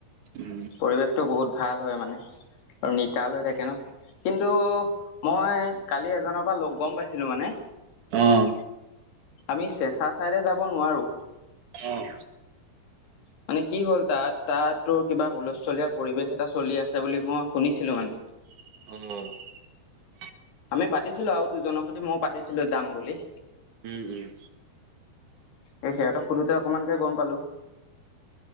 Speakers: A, on the right; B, on the left.
A: উম,
B: পৰিৱেশটো বহুত ভাল হয় মানে আৰু নিতা লৈ থাকে ন কিন্তু মই কালি এজনৰ পৰা লগ গম পাইছিলো মানে
A: আহ
B: আমি চেঁচা ছাইডে যাব নোৱাৰোঁ
A: আহ
B: মানে কি হ'ল তাত তাতো কিবা হুলস্থুলীয়া পৰিৱেশ এটা চলি আছে বুলি মই শুনিছিলো মানে
A: আহ
B: আমি পাতিছিলো আৰু দুজনৰ সৈতে মই পাতিছিলো যাম বুলি
A: উম উম
B: এই সিহঁতক সোধোতে অকমানকে গম পালো।